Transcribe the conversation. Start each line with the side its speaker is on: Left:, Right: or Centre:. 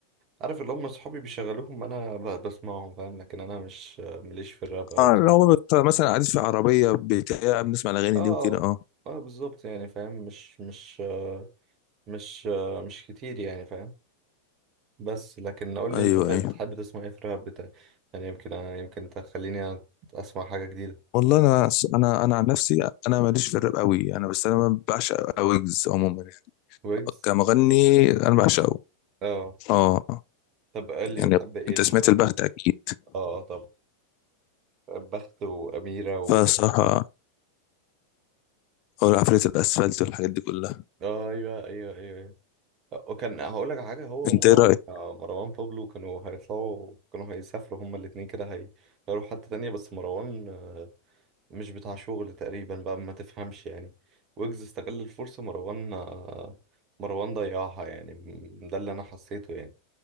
Right: عارف اللي هم صحابي بيشغلوهم أنا ب- بسمعهم فاهم لكن أنا مش مليش في الراب أوي
Left: اه
Right: بصراحة
Left: لو بت- مثلا قاعد في عربيه بتاع بنسمع الاغاني
Right: اه
Left: دي وكده اه
Right: اه بالظبط يعني فاهم مش مش آه، مش آه، مش كتير يعني فاهم بس لكن قول لي
Left: ايوه
Right: انت طيب
Left: ايوه
Right: بتحب تسمع ايه في الراب بتاع يعني يمكن يمكن تخليني اسمع حاجة جديدة
Left: والله انا انا انا عن نفسي انا ماليش في الراب قوي انا بس انا بعشق ويجز عموما يعني.
Right: ويجز
Left: كمغني انا بعشقه
Right: اه
Left: اه
Right: طب قال لي
Left: يعني
Right: بتحب ايه
Left: انت
Right: ال...
Left: سمعت البخت اكيد
Right: اه طب بخت وأميرة و
Left: فالصراحه هو عفريت الاسفلت والحاجات دي كلها
Right: آه ايوه ايوه ايوه ايوه وكان هقول لك على حاجة هو ومروان
Left: انت ايه
Right: آه، مروان بابلو كانوا هيطلعوا كانوا هيسافروا هما الاتنين كده هي... هيروحوا حتة تانية بس مروان آه، مش بتاع شغل تقريبا بقى ما تفهمش يعني ويجز استغل الفرصة مروان آه، مروان ضيعها يعني م- ده اللي انا حسيته يعني